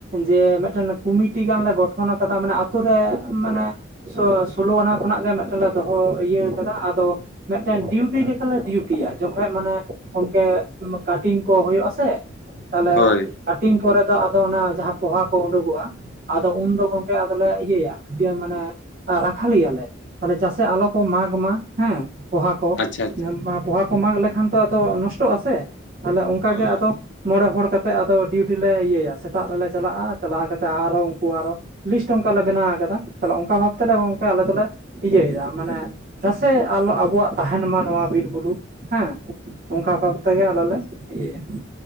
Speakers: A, on the right; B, on the left.
A: ᱡᱮ ᱢᱤᱫᱴᱮᱱ ᱠᱚᱢᱤᱴᱤ ᱜᱟᱱ ᱞᱮ ᱜᱚᱴᱷᱚᱱ ᱟᱠᱟᱫᱟ ᱢᱟᱱᱮ ᱟᱛᱳ ᱨᱮ ᱢᱟᱱᱮ ᱥᱳ-ᱥᱳᱞᱳ ᱟᱱᱟ ᱠᱷᱚᱱᱟᱜ ᱜᱮ ᱢᱤᱫᱴᱮᱱ ᱞᱮ ᱫᱚᱦᱚ ᱤᱭᱟᱹ ᱠᱟᱫᱟ, ᱟᱫᱚ ᱢᱤᱫᱴᱮᱱ ᱰᱤᱭᱩᱴᱤ ᱞᱮᱠᱟᱞᱮ ᱰᱤᱭᱩᱴᱤᱭᱟ ᱡᱚᱠᱷᱚᱡ ᱢᱟᱱᱮ ᱜᱚᱝᱠᱮ ᱠᱤᱝᱵᱟ ᱠᱟᱴᱤᱱ ᱠᱚ ᱦᱳᱭᱳᱜᱼᱟ ᱥᱮ! ᱛᱟᱦᱞᱮ
B: ᱦᱳᱭ
A: ᱠᱟᱴᱤᱱ ᱯᱚᱨᱮ ᱫᱚ ᱟᱫᱚ ᱚᱱᱟ ᱡᱟᱦᱟᱸ ᱯᱚᱦᱟ ᱠᱚ ᱚᱰᱳᱠᱚᱜᱼᱟ, ᱟᱫᱚ ᱩᱱᱫᱚ ᱜᱚᱝᱠᱮ ᱟᱫᱚᱞᱮ ᱤᱭᱟᱹᱭᱟ ᱤᱭᱟᱹ ᱢᱟᱱᱮ ᱨᱟᱠᱷᱟ ᱞᱮᱤᱭᱟ. ᱞᱮ, ᱛᱟᱞᱦᱮ ᱡᱟᱥᱮ ᱟᱞᱚ ᱠᱚ ᱢᱟᱜᱽ ᱢᱟ ᱦᱮᱸ ᱯᱚᱦᱟ ᱠᱚ
B: ᱟᱪᱪᱷᱟ ᱟᱪᱪᱷᱟ
A: ᱯᱚᱦᱟ ᱠᱚ ᱢᱟᱜᱽ ᱞᱮᱠᱷᱟᱱ ᱛᱚ ᱟᱫᱚ ᱱᱚᱥᱴᱚᱜᱼᱟ ᱥᱮ ᱛᱟᱦᱚᱞᱮ ᱚᱝᱠᱟᱜᱮ
B: ᱦᱳᱭ
A: ᱟᱫᱚ ᱢᱚᱬᱮ ᱦᱚᱲ ᱠᱟᱛᱮᱜ ᱟᱫᱚ ᱰᱤᱭᱩᱴᱤ ᱞᱮ ᱤᱭᱟᱹᱭᱟ, ᱥᱮᱛᱟᱜ ᱨᱮᱞᱮ ᱪᱟᱞᱟᱜᱼᱟ ᱪᱟᱞᱟᱣ ᱠᱟᱛᱮ ᱟᱨᱚ ᱩᱱᱠᱩ ᱟᱨᱚ ᱞᱤᱥᱴ ᱚᱝᱠᱟ ᱞᱮ ᱵᱮᱱᱟᱣ ᱠᱟᱫᱟ ᱛᱟᱦᱚᱞᱮ ᱚᱝᱠᱟ ᱵᱷᱟᱵ ᱛᱮᱞᱮ ᱜᱚᱝᱠᱮ ᱟᱞᱮ ᱫᱚᱞᱮ ᱤᱭᱟᱹᱭᱮᱫᱟ, ᱢᱟᱱᱮ ᱡᱟᱥᱮ ᱟᱞᱚ ᱟᱵᱚᱣᱟᱜ ᱛᱟᱦᱮᱱ ᱢᱟ ᱱᱚᱣᱟ ᱵᱤᱨ-ᱵᱩᱨᱩ ᱦᱮᱸ ᱾ ᱚᱝᱠᱟ ᱵᱷᱟᱵᱽ ᱛᱮᱜᱮ ᱟᱞᱮ ᱞᱮ ᱤᱭᱟᱹᱭᱟ ᱾